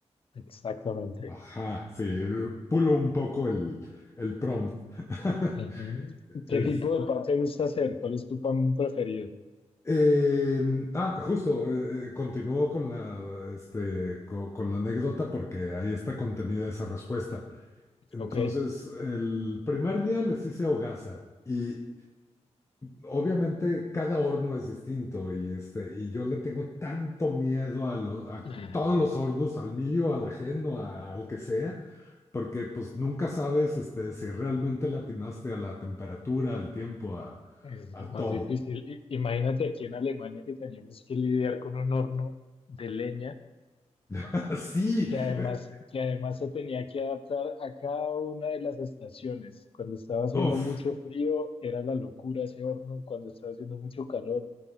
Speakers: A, on the left; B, on the left.
A: Exactamente.
B: Ajá, sí, pulo un poco el, el prompt. <laughs>
A: Ujú.
B: Es-
A: ¿Qué tipo de pan te gusta hacer? ¿Cuál es tu pan preferido?
B: eh, ah, justo, eh, eh, continúo con la, este, co- con la anécdota porque ahí está contenida esa respuesta. Entonces,
A: Ok.
B: el primer día les hice hogaza y obviamente cada horno es distinto y, este, y yo le tengo tanto miedo a, lo- a
A: <laughs>
B: todos los hornos, al mío, al ajeno, a- al que sea, porque pues nunca sabes este, si realmente le atinaste a la temperatura, al tiempo, a,
A: Ah, Es
B: a
A: lo más
B: todo.
A: difícil. I- Imagínate aquí en Alemania que teníamos que lidiar con un horno de leña
B: <laughs> sí
A: que además,
B: eh,
A: que además se tenía que adaptar a cada una de las estaciones. Cuando estaba haciendo
B: uf,
A: mucho frío era la locura ese horno, cuando estaba haciendo mucho calor